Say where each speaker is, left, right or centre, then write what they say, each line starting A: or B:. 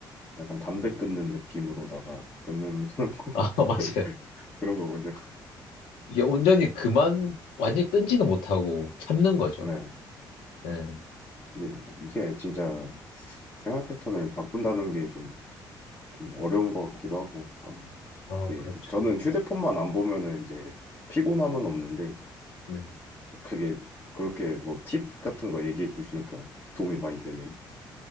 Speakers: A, on the left (about 25°); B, on the left (about 85°).
A: 약간 담배 끊는 느낌으로다가 끊는 그런 거,
B: <laughs> 아,
A: <laughs>
B: 맞아요.
A: 그런 거군요.
B: 이게 온전히 그만, 완전히 끈지는 못하고 참는 거죠.
A: 네.
B: 네.
A: 근데 이게 진짜 생활 패턴을 바꾼다는 게좀 좀 어려운 것 같기도 하고. 아,
B: 어,
A: 이게
B: 그렇죠.
A: 저는 휴대폰만 안 보면은 이제 피곤함은 없는데
B: 음.
A: 그게 그렇게 뭐 팁 같은 거 얘기해 주시니까 도움이 많이 되네요.